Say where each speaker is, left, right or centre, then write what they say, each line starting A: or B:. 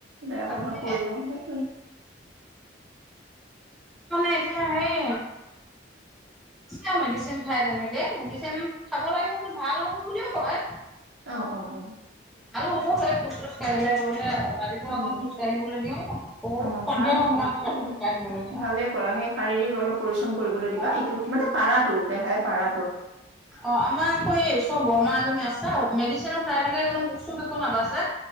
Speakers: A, on the right (about 85°); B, in the centre.
A: বেয়া
B: তাকে
A: প্ৰভাৱ পৰিব, হেটুৱে।
B: মানে এতিয়া হেই আ মেডিচিন খাই তেনেকে, মেডিচিন খাব লাগিব বুলি ভাল ঔষধ বুলিও কয়।
A: অহ-অহ-অহ
B: আৰু হ'বও পাৰে খোচ <unintelligible> ৰাতিপুৱা
A: উম
B: অকমান খোজ কাঢ়িবলৈ দিওঁ আকৌ
A: অ
B: সন্ধিয়াও
A: ভাল
B: অকণমান
A: হ'ব
B: খাবলৈ
A: উম,
B: কাঢ়িবলৈ দিওঁ।
A: ভালে কৰা সেই শাৰীৰিক অলপ পৰিশ্ৰম কৰিবলৈ দিবা,
B: অ'।
A: এইটো মানে পাৰা তৰ দেখাই পাৰা
B: অ আমাৰ আকৌ এই ওচৰ বমাৰ এজনি আছে। মেডিচিনো খাই থাকে কোনো মুখ চুখ একো নাবাছে।